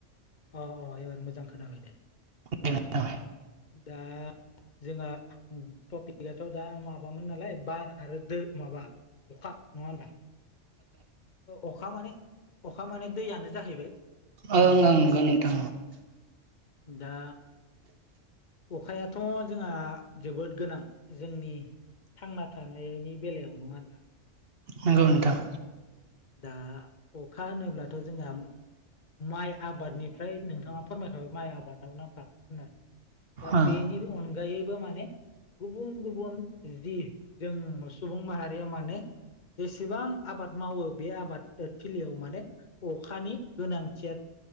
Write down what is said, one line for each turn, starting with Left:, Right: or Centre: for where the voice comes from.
Left: अ अ एबार मोजां खोनाबाय दे
Right: दे नोंथां
Left: दा जोंहा टपिकआथ दा माबामोन नालाय बार आरो दो माबा अखा नङा होनबा अखा माने अखा माने दैयानो जाहैबाय
Right: ओं
Left: ओम
Right: ओं नंगौ नोंथां
Left: दा अखायाथ' जोंहा जोबोद गोनां जोंनि थांना थानायनि बेलायाव नङा होनबा
Right: नंगौ नोंथां।
Left: दा अखा होनोब्लाथ जोंहा माइ आबादनिफ्राय नोंथाङा फोरमायखाबाय माइ आबादाव नांखागौ होननानै। दा
Right: ओं
Left: बेनि अनगायै माने गुबुन गुबुन जि जों सुबुं माहारिया मानोे जेसेबां आबाद मावो बे आबाद थिलियाव माने अखानि गोनांथिया